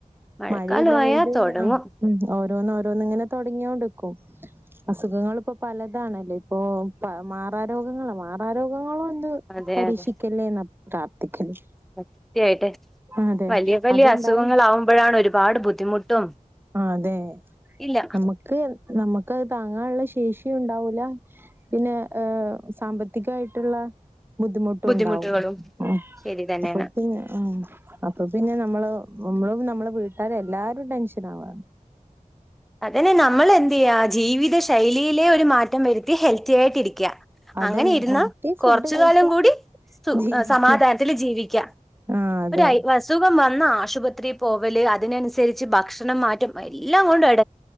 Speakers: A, in the centre; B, on the right.
A: മഴക്കാലമായാ
B: മഴയില്ല വെയിലുല്ല
A: തൊടങ്ങും
B: അ ഉം ഓരോന്ന് ഓ രോന്ന്ങ്ങനെ തുടങ്ങിയോണ്ട്‌ക്കും അസുഖങ്ങൾപ്പോ പല താണല്ലോ ഇപ്പോ മാറാരോഗങ്ങള മാറാരോഗങ്ങള ണ്ട്‌
A: അതെ
B: പരീക്ഷിക്കല്ലേന്ന
A: അതെ
B: പ്രാർത്ഥിക്കല്
A: സത്യായിട്ട്
B: അതെ
A: വലിയ വലിയ
B: അത്ണ്ടായി
A: അസുഖങ്ങളാവുമ്പഴാണ് ഒരുപാട് ബുദ്ധിമുട്ടും
B: ആ അതെ
A: ഇല്ല
B: നമുക്ക് നമ്മ ക്കത് താങ്ങാനുള്ള ശേഷിയുണ്ടാവൂല പിന്നെ ഏ സാമ്പത്തികായിട്ടുള്ള ബുദ്ധിമുട്ടുണ്ടാവും
A: ബുദ്ധിമുട്ടുകളും
B: അ
A: ശരി തന്നെയാണ്
B: അപ്പൊ പിന്നെ അ അപ്പൊ പിന്നെ നമ്മള് നമ്മളും നമ്മളെ വീട്ടുകാരല്ലാരും ടെൻഷൻ ആവാ
A: അതന്നെ നമ്മൾ എന്ത്യ്യാ ജീവിത ശൈലിയിലേ ഒരു മാറ്റം വരുത്തി ഹെൽത്തി ആയിട്ടിരിക്ക
B: അതന്നെ
A: അങ്ങനെ ഇരുന്നാ
B: ഹെൽത്തി ഫുഡ്
A: കൊറച്ച്
B: കഴിച്ചാല്
A: കാലം കൂടി സു
B: ജീവിക്ക
A: സമാധാനത്തിൽ ജീവിക്ക
B: ആഹ് അതെ
A: ഒരു അയ് അസുഖം വ ന്നാ ആശുപത്രി പോവല് അതിനനുസരിച്ച് ഭക്ഷണം മാറ്റം എല്ലാം കൊണ്ടും എ